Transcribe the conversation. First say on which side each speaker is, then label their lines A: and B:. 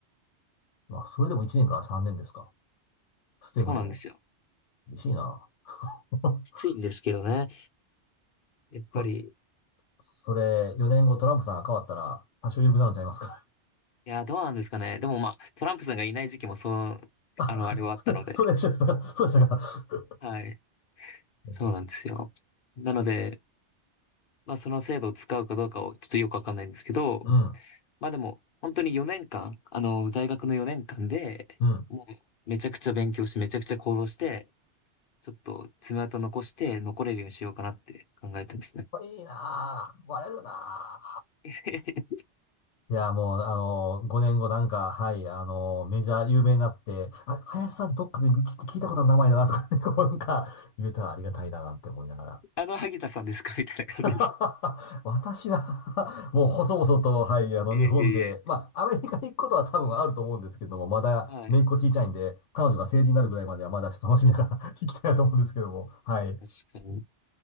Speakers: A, on the left; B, on the left.
A: い。まあ、それでも1年から3年ですか。ステムでも。
B: そうなんですよ。
A: 厳しいな。<laughs>
B: きついんですけどね。やっぱり、
A: そ、それ、4年後トランプさんが変わったら、多少緩くなるんちゃいますか。
B: いや、どうなんですかね。でもまあ、トランプさんがいない時期もそう、
A: <laughs> あ、
B: あの、あれはあったので、
A: それ、<laughs> それ、それ一緒でしたか。そうでしたか。
B: はい。そうなんですよ。
A: <laughs>
B: なので、まあ、その制度を使うかどうかをちょっとよくわかんないんですけど、
A: うん、
B: まあでも、本当に4年間、あの、大学の4年間で、
A: うん。
B: もう、めちゃくちゃ勉強して、めちゃくちゃ行動して、ちょっと爪痕残して残れるようにしようかなって考えてますね。
A: これいいなぁ。割れるな
B: <laughs>
A: ぁ。いや、もう、あのー、5年後なんか、はい、あのー、メジャー有名になって、あれ、林さんってどっかで聞い聞いたことある名前だなとか、<laughs> こうなんか、言えたらありがたいななんて思いながら。
B: あの、萩田さんですかみたいな感じですか。
A: <laughs> 私は <laughs> もう細々と、はい、
B: <laughs>
A: あの、
B: いえいえいえ。
A: 日本で、まあ、アメリカに行くことは多分あると思うんですけども、まだ、
B: はい。
A: 姪っ子小さいんで、彼女が成人になるぐらいまでは、まだちょっと楽しみながら <laughs> 行きたいなと思うんですけども、はい。
B: 確かに。